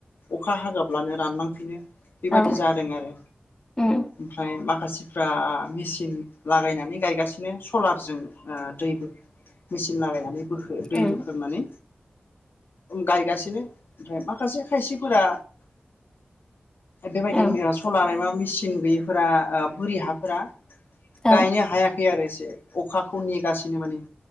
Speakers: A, on the left; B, on the left.
A: अखा हागाब्लानो रानलांफिनो। बेबायदि
B: औ
A: जादों आरो।
B: उम
A: ओमफ्राय माखासेफ्रा मेसिन लागायनानै गायगासिनो सलारजों। ओ दै बोखो मेचिन लागायनानै बोखो दै
B: उम
A: बोखांनानै गायगासिनो ओमफ्राय माखासे खायसेफोरा बेबायदि
B: औ
A: ओ सलार मा मेसिन गैयिफोरा ओ बोरि हाफोरा
B: औ
A: गायनो हायाखै आरो एसे अखाखौ नेगासिनो माने।